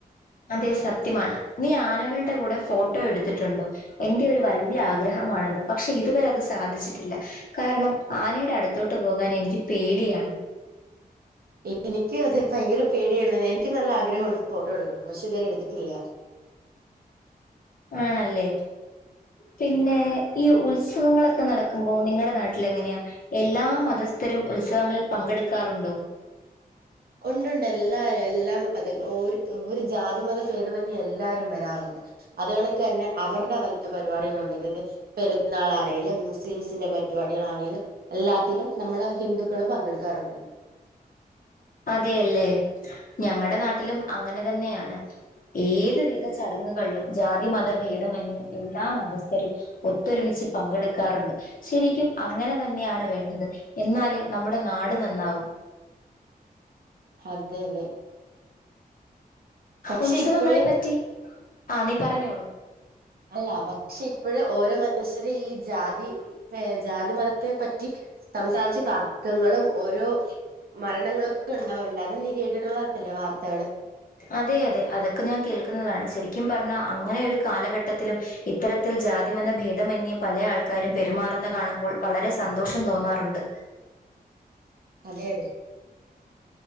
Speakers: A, on the left; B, on the right.
A: അതെ സത്യമാണ്. നീ ആനകളുടെ കൂടെ ഫോട്ടോ എടുത്തിട്ടുണ്ടോ എന്റെ ഒരു വലിയ ആഗ്രഹമാണത്. പക്ഷെ ഇതുവരെ അത് സാധിച്ചിട്ടില്ല കാരണം ആനയുടെ അടുത്തോട്ട് പോകാൻ എനിക്ക് പേടിയാണ്
B: എൻ എനിക്ക് അത് ഭയങ്കര പേടിയാണ് എനിക്ക് നല്ല ആഗ്രഹുണ്ട് ഫോട്ടോ എടുക്കുന്നത് പക്ഷെ ഇതുവരെ എടുത്തിട്ടില്ല
A: ആണല്ലേ. പിന്നേ ഈ ഉത്സവങ്ങളൊ ക്കെ നടക്കുമ്പോ നിങ്ങളുടെ നാട്ടിൽ എങ്ങനെയാ എല്ലാ മതസ്ഥരും ഉത്സവങ്ങളിൽ പങ്കെടുക്കാറുണ്ടോ
B: ഒണ്ട് ഉണ്ട് എല്ലാരും എല്ലാ മതങ്ങൾ ഓരു ഓരു ജാതി മത ഭേതമന്യെ എല്ലാരും വരാറുണ്ട് അതുകൾക്ക് തന്നെ അവരുടെ വല്ല പരിപാടികൾ ഉണ്ടെങ്കിൽത് പെരുന്നാൾ ആണേലും മുസ്ലിംസിന്റെ പരിപാടികളാണെങ്കിലും എല്ലാത്തിലും നമ്മള് ഹിന്ദുക്കളും പങ്കെടുക്കാറുണ്ട്
A: അതെയല്ലേ ഞങ്ങളുടെ നാട്ടിലും അങ്ങനെ തന്നെയാണ് ഏത് വിധ സ് ചടങ്ങുകളിലും ജാതി മത ഭേദമന്യ എല്ലാ മതസ്ഥരും ഒത്തൊരുമിച്ച് പങ്കെടുക്കാറുണ്ട് ശരിക്കും അങ്ങനെ തന്നെയാണ് വേണ്ടത്. എന്നാലെ നമ്മുടെ നാട് നന്നാവു
B: അതെ അതെ പക്ഷെ
A: ഉത്സവങ്ങളെ
B: ഇപ്പോഴ്
A: പറ്റി ആ നീ പറഞ്ഞോളൂ
B: അല്ല പക്ഷെ ഇപ്പോഴ ഓരോ മനുഷ്യരും ഈ ജാതി ജാതി മതത്തെ പറ്റി സംസാരിച്ച് തർക്കങ്ങളും ഓരോ മരണങ്ങളൊക്കെ ഉണ്ടാവറുണ്ട് അത് നീ കേട്ടിട്ടുള്ളതല്ലേ വാർത്തകള്
A: അതെ അതെ അതൊക്കെ ഞാൻ കേൾക്കുന്നതാണ് ശരിക്കും പറഞ്ഞാൽ അങ്ങനെ ഒരു കാലഘട്ടത്തിലും ഇത്തരത്തിൽ ജാതിമെന്ന ഭേദമന്യേ പല ആൾക്കാരും പെരുമാറുന്ന കാണുമ്പോൾ വളരെ സന്തോഷം തോന്നാറുണ്ട്
B: അതെ അതെ